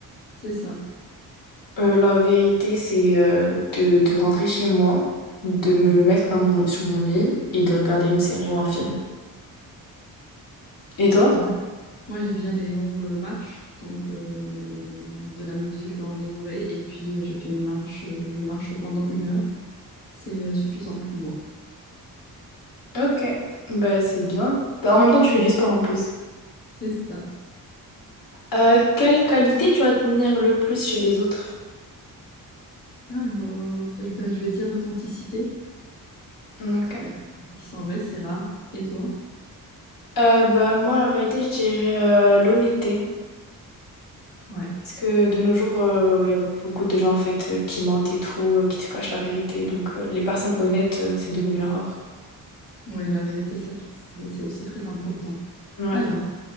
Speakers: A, on the left; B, on the left.
A: C'est ça.
B: Euh, la vérité, c'est euh, de, de rentrer chez moi, de me mettre dans mon, sur mon lit et de regarder une série ou un film. Et toi?
A: Ouais. Moi, j'aime bien les longues marches, donc euh, de la musique dans les oreilles, et puis euh, je fais une marche, euh, je marche pendant une heure. C'est euh, suffisant pour moi.
B: Ok. Ben c'est bien. Ben, en même temps, tu fais du sport en plus.
A: C'est ça.
B: Euh, quelle qualité tu admires le plus chez les autres?
A: Alors, je vais, je vais dire l'authenticité,
B: Ok.
A: euh, qui sont vraies, c'est rare. Et toi?
B: Euh, ben moi, la vérité, je dirais euh, l'honnêteté.
A: Ouais.
B: Parce que de nos jours, euh, il y a beaucoup de gens en fait euh, qui mentent et tout, euh, qui te cachent la vérité. Donc euh, les personnes honnêtes, euh, c'est devenu rare.
A: Oui, la vérité, ça, tr- c'est c'est aussi très important.
B: Ouais.
A: Alors,